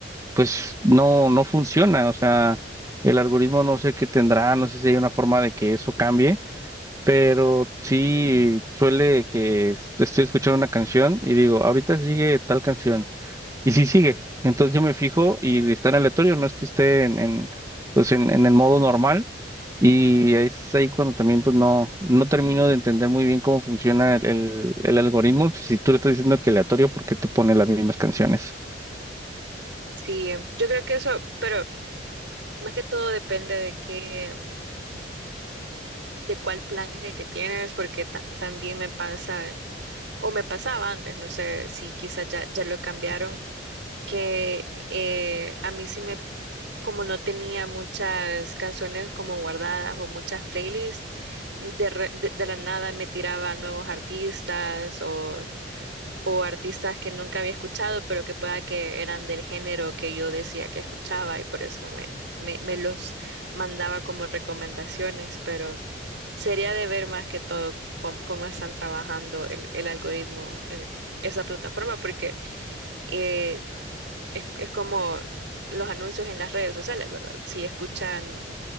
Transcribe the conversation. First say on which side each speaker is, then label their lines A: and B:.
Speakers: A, on the right (about 20°); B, on the right (about 85°).
A: pues no, no funciona, o sea, el algoritmo no sé qué tendrá, no sé si hay una forma de que eso cambie Pero sí suele que es- estoy escuchando una canción y digo, ahorita sigue tal canción. Y sí sigue. Entonces yo me fijo y está en aleatorio, no es que esté en, en, pues en, en el modo normal. Y es ahí cuando también pues no, no termino de entender muy bien cómo funciona el, el, el algoritmo. pues, Si tú le estás diciendo que aleatorio, ¿por qué te pone las mismas canciones?
B: Sí, yo creo que eso, pero más que todo depende de qué. de cuál plan es el que tienes, porque ta- también me pasa, o me pasaba antes, no sé si quizás ya, ya lo cambiaron, que eh, a mí sí me, como no tenía muchas canciones como guardadas o muchas playlists, de, re- de, de la nada me tiraba nuevos artistas o o artistas que nunca había escuchado, pero que pueda que eran del género que yo decía que escuchaba y por eso me, me, me los mandaba como recomendaciones, pero sería de ver más que todo cómo, cómo están trabajando el, el algoritmo, es- esa plataforma, porque eh, es, es como los anuncios en las redes sociales, ¿verdad? Si escuchan,